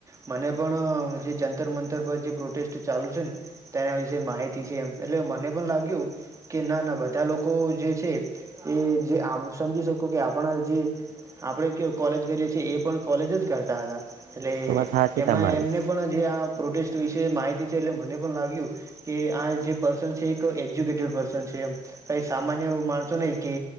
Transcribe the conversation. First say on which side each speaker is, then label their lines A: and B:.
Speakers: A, on the right; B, on the right.
A: મને પણ અ જે જંતર મંતર પર જે પ્રોટેસ્ટ ચાલુ છે ને. તેના વિશે માહિતી છે એમ એટલે મને પણ લાગ્યું કે ના -ના બધા લોકો જે છે એ જે આ સમજી શકો કે આપણા જે આપણે કેવું કોલેજ કરીએ છીએ એ પણ કોલેજ જ કરતા હતા, એટલે
B: તો વાત સાચી તમારી
A: એમના એમને પણ જે આ પ્રોટેસ્ટ વિશે માહિતી છે એટલે મને પણ લાવયું કે આ જે પસ પર્સન છે એ એક એજ્યુકેટેડ પર્સન છે કઈ સામાન્ય માણસો નહી કે